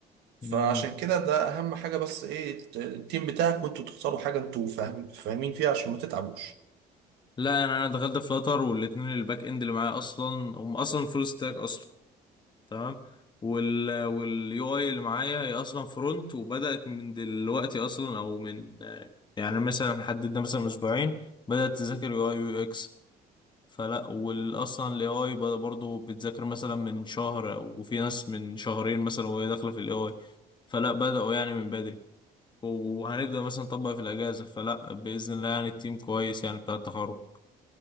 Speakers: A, on the right; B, on the left.
A: فعشان
B: مم.
A: كده ده اهم حاجه بس ايه الت- التيم بتاعك وانتوا تختاروا حاجه انتوا فاهم... فاهمين فيها عشان ما تتعبوش
B: لا انا انا دخلت فلاتر والاتنين الباك اند اللي معايا اصلا هم اصلا فول ستاك اصلا تمام وال واليو اي اللي معايا هي اصلا فرونت وبدات من دلوقتي اصلا او من آه، يعني مثلا حددنا مثلا اسبوعين بدات تذاكر يو اي ويو اكس فلا والاصلا الاي اي برضه بتذاكر مثلا من شهر وفي ناس من شهرين مثلا وهي داخله في الاي اي فلا بداوا يعني من بدري وهنبدأ مثلا نطبق في الأجازة فلا بإذن الله يعني التيم كويس يعني بتاع التخرج